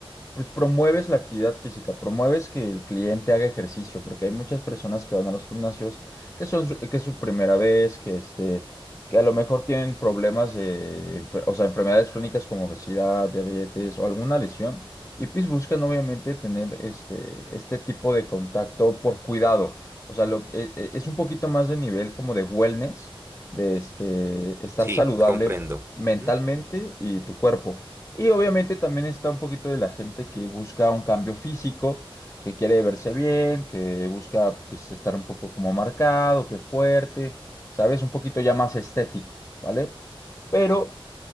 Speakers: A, on the left; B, on the right.
A: pues promueves la actividad física, promueves que el cliente haga ejercicio, porque hay muchas personas que van a los gimnasios que son su- que es su primera vez, que este, que a lo mejor tienen problemas de, enfer- o sea, enfermedades crónicas como obesidad, diabetes o alguna lesión, y pues buscan obviamente tener este, este tipo de contacto por cuidado. O sea, lo, e- e- es un poquito más de nivel como de wellness, de este, estar
B: Sí,
A: saludable
B: comprendo.
A: mentalmente
B: Ujú.
A: y tu cuerpo. Y obviamente también está un poquito de la gente que busca un cambio físico, que quiere verse bien, que busca pues, estar un poco como marcado, que fuerte, ¿sabes? Un poquito ya más estético, ¿vale? Pero